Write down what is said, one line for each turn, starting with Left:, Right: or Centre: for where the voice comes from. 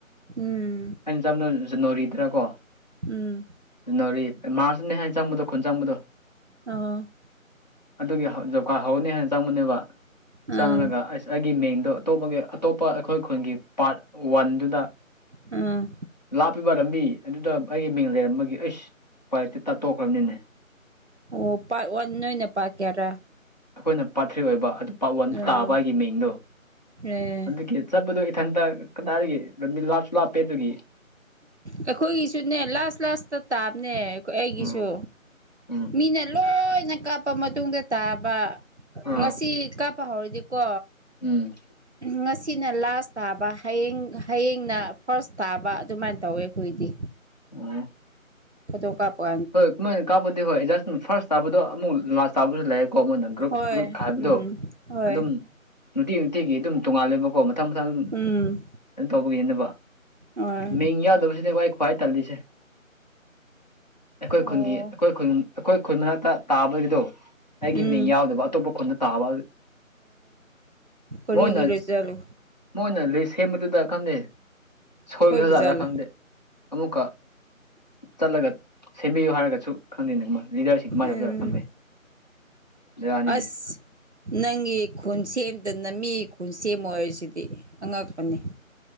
Right: ꯎꯝ
Left: ꯑꯩꯅ ꯆꯝꯅ ꯖꯅꯣꯔꯤꯗꯔ ꯀꯣ
Right: ꯎꯝ
Left: ꯖꯅꯋꯥꯔꯤ ꯃꯥꯔꯁꯅꯦ ꯍꯥꯏꯅ ꯆꯪꯕꯗꯣ ꯈꯨꯟ ꯆꯪꯕꯗꯣ
Right: ꯑꯣ
Left: ꯑꯗꯨꯒꯤ ꯖꯣꯕꯀꯥꯔ ꯍꯧꯔꯅꯤ ꯍꯥꯏꯅ ꯆꯪꯕꯅꯦꯕ ꯆꯪꯉꯒ
Right: ꯑꯥ
Left: ꯑꯁ ꯑꯩꯒꯤ ꯃꯤꯡꯗꯣ ꯑꯇꯣꯞꯄꯒꯤ ꯑꯇꯣꯞꯄ ꯑꯩꯈꯣꯏ ꯈꯨꯟꯒꯤ ꯄꯥꯔꯠ ꯋꯥꯟꯗꯨꯗ
Right: ꯑꯝ
Left: ꯂꯥꯞꯄꯤꯕ ꯂꯝꯕꯤ ꯑꯗꯨꯗ ꯑꯩꯒꯤ ꯃꯤꯡ ꯂꯩꯔꯝꯕꯒꯤ ꯑꯩꯁ ꯄꯔꯦꯠꯇꯤ ꯇꯥꯠꯇꯣꯛꯈ꯭ꯔꯕꯅꯤꯅꯦ
Right: ꯑꯣ ꯄꯥꯔ ꯋꯥꯟ ꯅꯣꯏ ꯑꯣꯏꯅ ꯄꯥꯛꯔꯀꯦꯔꯥ
Left: ꯑꯩꯈꯣꯏꯅ ꯄꯥꯔꯠ ꯊ꯭ꯔꯤ ꯑꯣꯏꯕ ꯑꯗꯨ ꯄꯥꯔꯠ ꯋꯥꯟꯗ
Right: ꯑꯥ
Left: ꯇꯥꯕ ꯑꯩꯒꯤ ꯃꯤꯡꯗꯣ
Right: ꯑꯦ
Left: ꯑꯗꯨꯒꯤ ꯆꯠꯄꯗꯣ ꯏꯊꯟꯇ ꯀꯗꯥꯏꯗꯒꯤ ꯂꯝꯕꯤ ꯂꯥꯞꯁꯨ ꯂꯥꯞꯄꯦ ꯑꯗꯨꯒꯤ
Right: ꯑꯩꯈꯣꯏꯒꯤꯁꯨꯅꯦ ꯂꯥꯁ ꯂꯥꯁꯇ ꯇꯥꯕꯅꯦ ꯑꯩꯒꯤꯁꯨ
Left: ꯎꯝ ꯎꯝ
Right: ꯃꯤꯅ ꯂꯣꯏꯅ ꯀꯥꯞꯄ ꯃꯇꯨꯡꯗ ꯇꯥꯕ
Left: ꯑꯥ
Right: ꯉꯁꯤ ꯀꯥꯞꯄ ꯍꯧꯥꯔꯗꯤꯀꯣ
Left: ꯎꯝ
Right: ꯉꯁꯤꯅ ꯂꯥꯁ ꯇꯥꯕ ꯍꯌꯦꯡ ꯍꯌꯦꯡꯅ ꯐꯥꯔꯁ ꯇꯥꯕ ꯑꯗꯨꯃꯥꯏꯅ ꯇꯧꯋꯦ ꯑꯩꯈꯣꯏꯗꯤ
Left: ꯑ
Right: ꯀꯗꯣ ꯀꯞꯄ
Left: ꯃꯣꯏꯅ ꯀꯥꯞꯄꯗꯤ ꯍꯣꯏ ꯖꯁ ꯐꯥꯔꯁ ꯇꯥꯗꯣ ꯑꯃꯨꯛ ꯂꯥꯁ ꯇꯥꯕꯁꯨ ꯂꯩꯔ ꯀꯣ ꯃꯣꯏꯅ ꯒ꯭ꯔꯨꯞ
Right: ꯍꯣꯏ
Left: ꯒ꯭ꯔꯨꯞ ꯍꯥꯏꯕꯗꯣ
Right: ꯎꯝ ꯍꯣꯏ
Left: ꯑꯗꯨꯝ ꯅꯨꯡꯇꯤ ꯅꯨꯡꯇꯤꯒꯤ ꯑꯗꯨꯝ ꯇꯣꯡꯉꯥꯜꯂꯦꯕꯀꯣ ꯃꯊꯪ ꯃꯊꯪ ꯑꯗꯨꯝ
Right: ꯎꯝ
Left: ꯑꯗꯨꯝ ꯇꯧꯕꯒꯤꯅꯤꯅꯕ
Right: ꯍꯣꯏ
Left: ꯃꯤꯡ ꯌꯥꯎꯗꯕꯁꯤꯅꯦꯀ ꯑꯩ ꯈ꯭ꯋꯥꯏ ꯇꯜꯂꯤꯁꯦ ꯑꯩꯈꯣꯏ
Right: ꯑꯣ
Left: ꯈꯨꯟꯒꯤ ꯑꯩꯈꯣꯏ ꯈꯨ ꯑꯩꯈꯣꯏ ꯈꯨꯟ ꯃꯅꯥꯛꯇ ꯇꯥꯕꯒꯤꯗꯣ ꯑꯩꯒꯤ
Right: ꯎꯝ
Left: ꯃꯤꯡ ꯌꯥꯎꯗꯕ ꯑꯇꯣꯞꯄ ꯈꯨꯟꯗ ꯇꯥꯕ
Right: ꯀꯔꯤꯒꯤꯔꯣ
Left: ꯃꯣꯏꯅ
Right: ꯆꯂꯨ
Left: ꯃꯣꯏꯅ ꯂꯤꯁ ꯁꯦꯝꯕꯗꯨꯗ ꯈꯪꯗꯦ ꯁꯣꯏꯕꯁꯨ
Right: ꯁꯣꯏꯕ ꯖꯥꯠꯂ
Left: ꯂꯠꯂ ꯈꯪꯗꯦ ꯑꯃꯨꯛꯀ ꯆꯠꯂꯒ ꯁꯦꯝꯕꯤꯌꯨ ꯍꯥꯏꯔꯒꯁꯨ ꯈꯪꯗꯦ ꯑꯗꯨꯃ ꯂꯤꯗꯔꯁꯤꯡ ꯀꯃꯥꯏꯅ
Right: ꯎꯝ
Left: ꯇꯧꯖꯥꯔꯒ ꯈꯪꯗꯦ ꯕꯦꯔꯥꯅꯤꯅꯦ
Right: ꯑꯁ ꯅꯪꯒꯤ ꯈꯨꯟ ꯁꯦꯝꯗꯅ ꯃꯤ ꯈꯨꯟ ꯁꯦꯝꯃꯣ ꯍꯥꯏꯁꯤꯗꯤ ꯁꯤ ꯑꯉꯛꯄꯅꯤ